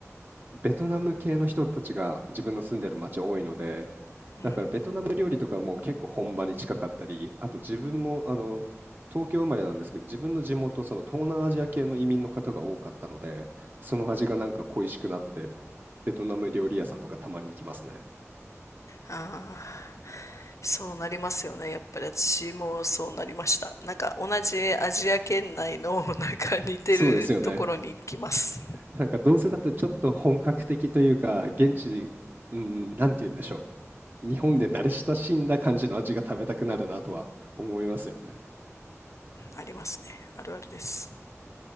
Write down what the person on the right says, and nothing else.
ベトナム系の人たちが自分の住んでる町多いので、
だからベトナム料理とかも結構本場に近かったり、あと自分もあの東京生まれなんですけど、自分の地元、その東南アジア系の移民の方が多かったので、その味がなんか恋しくなって、
ベトナム料理屋さんとかたまに行きますね。
そうですよね。なんかどうせだってちょっと本格的というか、現地、うん、なんて言うんでしょう。日本で慣れ親しんだ感じの味が食べたくなるなとは思いますよね。